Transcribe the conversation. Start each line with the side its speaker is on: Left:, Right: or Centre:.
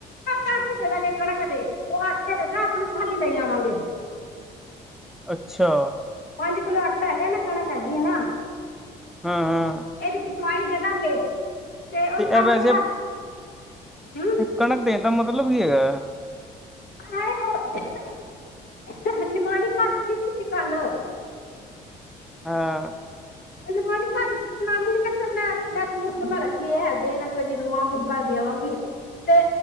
Left: ਦਸ ਦੇ ਦਗੇ ਕਣਕ ਦੇ ਉਹ ਅੱਟੇੱ ਦੇ ਦਸ ਖੈਲੀ ਲਈ ਆਵਾਂਗੇ
Centre: ਅੱਛਾ
Left: ਪੰਜ ਕਿਲੋ ਆਟਾ ਹੈਗਾ ਨਾ ਕਣਕ ਹੈਗੀ ਨਾ
Centre: ਹਾਂ ਹਾਂ
Left: ਇਹਦੀ ਪਿ ਸਵਾਈ ਦੇ ਦਾਂਗੇ ਉਹਨੂੰ
Centre: ਤੇ ਇਹ
Left: ਕਹਾਂਗੇ
Centre: ਵੈਸੇ
Left: ਹਮ
Centre: ਕਣਕ ਦੇਣ ਦਾ ਮਤਲਬ ਕੀ ਹੈਗਾ
Left: ਆ ਉਹ ਨਿਮਾਣੀ ਕਾਸ ਤੀ ਨੀ ਦਿੱਤੀ ਸੀ ਕੱਲ
Centre: ਹਾਂ
Left: ਨਿਮਾਣੀ ਕਾਸ ਤੀ ਨਾਨੀ ਨੇ ਕਿਹਾ ਮੈਂ ਮੈਂ ਸੂਟ ਤਾਂ ਮੈਂ ਰੱਖੇ ਹੈ ਦੇਣ ਵੀ ਨਵਾਂ ਮੁਕਾ ਵਾਂਗੀ ਤੇ